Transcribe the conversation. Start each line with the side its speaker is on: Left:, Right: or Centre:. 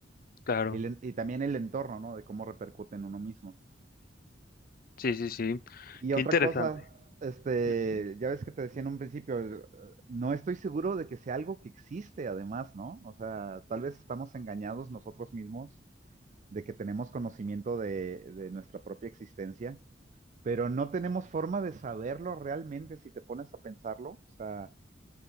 Left: Claro.
Right: y, el en- y también el entorno, ¿no? De cómo repercute en uno mismo.
Left: Sí, sí, sí.
Right: Y
Left: Qué
Right: otra
Left: interesante.
Right: cosa, este,
Left: Ujú,
Right: ya ves que te decía en un principio, eh, no estoy seguro de que sea algo que existe además, ¿no? O sea, tal vez estamos engañados nosotros mismos de que tenemos conocimiento de, de nuestra propia existencia, pero no tenemos forma de saberlo realmente si te pones a pensarlo. O sea,